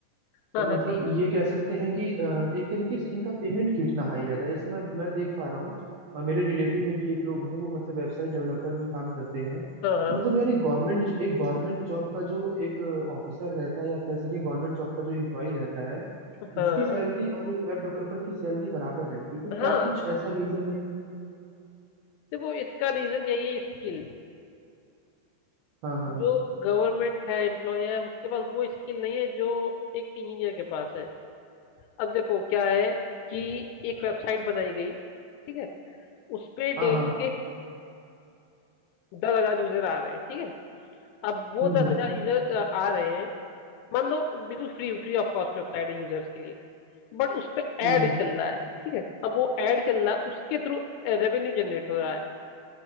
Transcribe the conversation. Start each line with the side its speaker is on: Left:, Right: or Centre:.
Left: हाँ
Right: तो
Left: हाँ हाँ,
Right: मतलब
Left: कहिए
Right: ये कह सकते हैं कि अ, एक तरीके से इनका पेमेंट क्यों इतना हाई रहता है जैसे मैं मैं देख पा रहा हूँ अ, मेरे रिलेटिव में भी एक लोग हैं वो मतलब वेबसाइट डेवलपर में काम करते हैं तो
Left: हाँ हाँ
Right: मतलब यार एक गवर्नमेंट एक गवर्नमेंट जॉब का जो एक ऑफिसर रहता है या कह सके गवर्नमेंट जॉब का जो एम्प्लॉय रहता है
Left: हाँ
Right: उसकी सैलरी और एक वेब डेवलपर की सैलरी बराबर रहती है तो
Left: हाँ
Right: क्या
Left: हाँ।
Right: कुछ ऐसा रीजन है
Left: देखो इसका रीजन यही है स्किल
Right: हाँ हाँ
Left: जो गवर्नमेंट है एम्प्लॉय है उसके पास वो स्किल नहीं है जो एक इंजीनियर के पास है अब देखो क्या है कि एक वेबसाइट बनाई गई ठीक है उस पे
Right: हाँ
Left: डेली
Right: हाँ
Left: के दस हजार यूजर आ रहे हैं ठीक है अब वो
Right: हम्म
Left: दस
Right: हम्म
Left: हजार यूजर आ रहे हैं मान लो बिल्कुल free free of cost website है यूजर्स के लिए बट उस पे
Right: हम्म,
Left: एड
Right: हम्म,
Left: चल रहा है ठीक है अब वो एड चल रहा है उसके थ्रू रेवेन्यू जनरेट हो रहा है